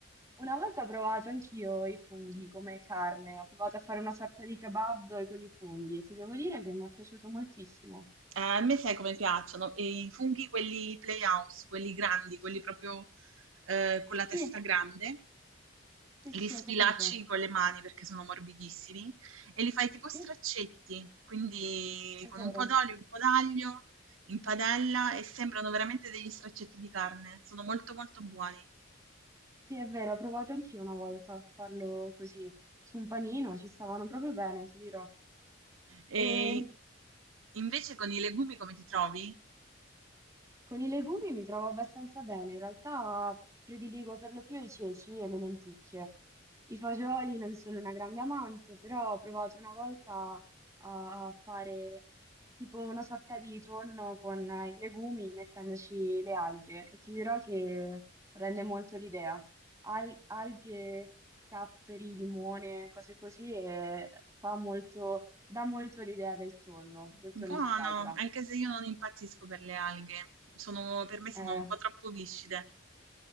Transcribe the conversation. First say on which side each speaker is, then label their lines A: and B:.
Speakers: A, on the right; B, on the right.
A: Una volta ho provato anch'io i funghi come carne, ho provato a fare una sorta di kebab con i funghi e ti devo dire che mi è piaciuto moltissimo.
B: Eh, a me sai come piacciono? E I funghi quelli Playhouse, quelli grandi, quelli proprio, ehm, con la testa
A: Sì,
B: grande.
A: sì,
B: Li
A: sì,
B: sfilacci
A: ho capito.
B: con le mani perché sono morbidissimi e li fai tipo
A: Sì,
B: straccetti, quindi
A: è
B: con
A: vero.
B: un po' d'olio, un po' d'aglio in padella e sembrano veramente degli straccetti di carne. Sono molto molto buoni.
A: Sì, è vero, ho provato anch'io una volta a farlo così su un panino, ci stavano proprio bene, ti dirò.
B: E
A: E
B: invece con i legumi come ti trovi?
A: con i legumi mi trovo abbastanza bene, in realtà prediligo per lo più i ceci e le lenticchie. I fagioli non sono una grande amante, però ho provato una volta a fare tipo una sorta di tonno con eh, i legumi mettendoci le alghe e ti dirò che rende molto l'idea. Al- alghe, capperi, limone, cose così e fa molto, dà molto l'idea del tonno, del
B: Buono,
A: tonno in scatola.
B: anche se io non impazzisco per le alghe. Sono- per me sono
A: Eh.
B: un po' troppo viscide.